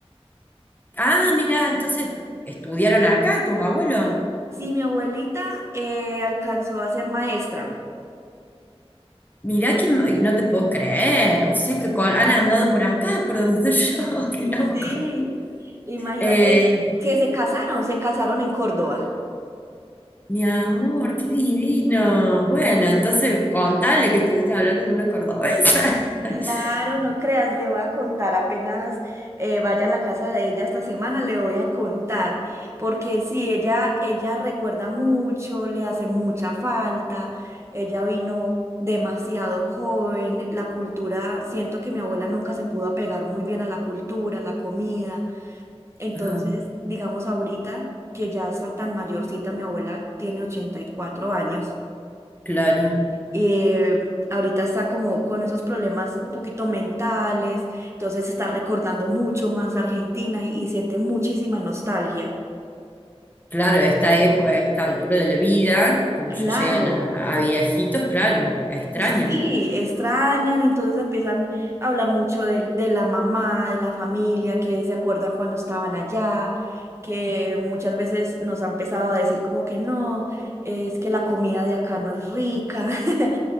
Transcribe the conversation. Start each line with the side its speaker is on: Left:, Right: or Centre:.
Left: Ah, mira, entonces estudiaron acá tus abuelos.
Right: Sí, mi abuelita eh, alcanzó a ser maestra.
Left: Mirá que m- no te puedo creer. O sea que con- han andado por acá, por donde estoy yo. <laughs> Qué loco.
Right: Sí, imagínate
Left: Eh,
Right: que se casaron, se casaron en Córdoba.
Left: mi amor, qué divino. Bueno,
Right: Sí,
Left: entonces contale que estuviste hablando con una cordobesa. <laughs>
Right: claro, no creas, le voy a contar apenas eh, vaya a la casa de ella esta semana, le voy a contar, porque sí, ella, ella recuerda mucho, le hace mucha falta, ella vino demasiado joven, la cultura, siento que mi abuela nunca se pudo apegar muy bien a la cultura, a la comida. Entonces,
Left: Ajá.
Right: digamos ahorita que ya está tan mayorcita, mi abuela tiene 84 años,
Left: Claro,
Right: eh, ahorita está como con esos problemas un poquito mentales, entonces está recordando mucho más Argentina y, y siente muchísima nostalgia.
Left: claro, esta epo- a esta altura de la vida, cuando
Right: Claro,
Left: ya llegan a, a viejitos, claro, extrañan.
Right: Sí, extrañan, entonces empiezan a hablar mucho de, de la mamá, de la familia, que se acuerdan cuando estaban allá, que muchas veces nos han empezado a decir como que no, es que la comida de acá no es rica. <laughs>